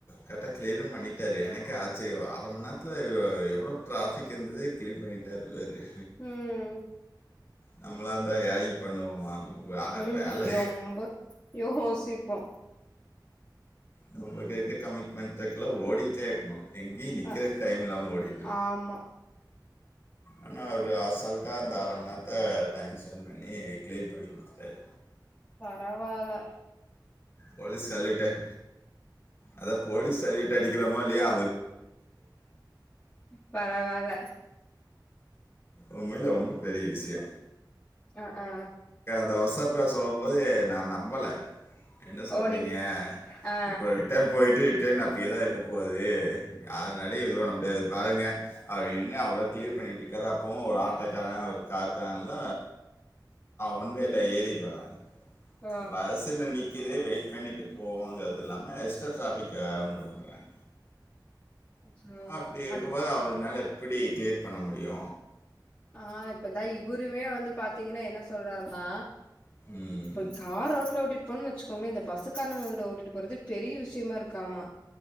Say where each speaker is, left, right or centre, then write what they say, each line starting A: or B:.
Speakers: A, on the left (about 35°); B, on the left (about 20°).
A: கரெக்டா கிளியரு பண்ணிட்டாரு எனக்கே ஆச்சரியோ அரமண் நேரத்ல எவ்லோ எவ்ளோ டிராபிக் இருந்தது கிளியர் பண்ணிட்டாரு பாரு
B: ம்
A: நம்ளா இருந்தா யாரையு பண்ணுவோமா வே
B: உம்
A: வேலை
B: ரொம்ப யோசிப் போ
A: நம்ம கேக்கு கமிட்மெண்ட் இருக்குல ஓடிகிட்டே இருக்கோ எங்யெ நிக்கறதக்கு
B: அ
A: டைம் இல்லாம ஓடிட்கு
B: ஆமா
A: ஆனா அது அசால்ட்டா அந்த அரன்மண் நேரத்த டைம் ஸ்பெண்ட் பண்ணி கிளியர் பண்ணி குடுத்ட்டாரு
B: பரவால
A: போலீஸ் சல்யூட்டர் அதா போலீஸ் சல்யூட் அடிக்கிறமாயில்யா
B: பரவால
A: உண்மயில ரொம்ப பெரிய விஷயோ
B: ஆ ஆ
A: <unintelligible> ஒசத்தியா சொல்லும் போது நல்ல நம்பல என்ன சொல்றீங்க
B: ஓ நீங் ஆ
A: இப்ப ரிட்டன் போயிட்டு ட்ரெயின் அப்டியோதா இருக்க போது ஆ அது நறையா <unintelligible> முடியாது பாருங்க அவர் என்ன அவ்வளது கிளீர் பண்ணிகிட்டுயிருக்கர அப்போ ஒரு ஆட்டோக்கார ஒரு கார்காரன்ல ஒன் வேல ஏரிட்டு வராங்க
B: ஓ
A: வரிசையி நிக் இதே வெயிட் பண்ணிட்டு போவோங்கறது இல்லாம எஸ்டா ட்ராபிக்க உண்டு பண்றாங்க
B: ஆ
A: அப்டியே இருக்கும்போது
B: ஆனா
A: அவுங்க <unintelligible> எப்டி கிளியர் பண்ண முடியு
B: ஆ இப்ப தா இவருமே வந்து பாத்தீங்கன்னா என்ன சொல்றாருனா
A: ம்.
B: இப்போ கார் ரோட்ல ஓட்டிட்டு போன்னு வச்சுக்கோங்களே இந்த பஸ்க்கார்னவங்க கிட்ட ஓட்டிட்டு போறது பெரிய விஷயமா இருக்காமா